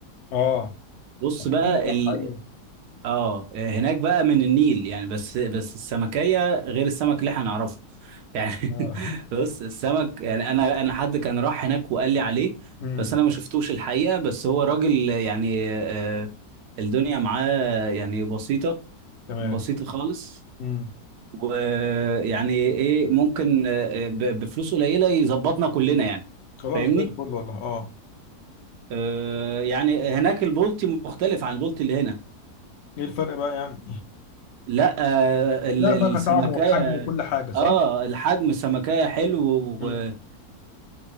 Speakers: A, on the left; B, on the right.
A: اه
B: بص
A: في
B: بقى
A: النيل صح
B: ال...
A: ايوه
B: اه هناك بقى من النيل يعني بس بس السمكية غير السمك اللي احنا نعرفه يعني
A: آه.
B: <laughs>
A: <laughs>
B: بص السمك يعني انا انا حد كان راح هناك وقال لي عليه
A: امم
B: بس انا ما شفتوش الحقيقة بس هو راجل يعني آه الدنيا معاه يعني بسيطة
A: تمام
B: بسيط خالص
A: امم
B: ويعني ايه ممكن آه، ب- بفلوس قليله يظبطنا كلنا يعني
A: خلاص
B: فاهمني
A: زي الفل والله اه
B: آه، يعني هناك البولتي مختلف عن البولتي اللي هنا
A: ايه الفرق بقى يعني
B: لا آه،
A: هتلاقي
B: ال- السمكية
A: بقى كطعم وحجم وكل حاجه صح؟
B: اه الحجم السمكية حلو و...
A: امم
B: وال-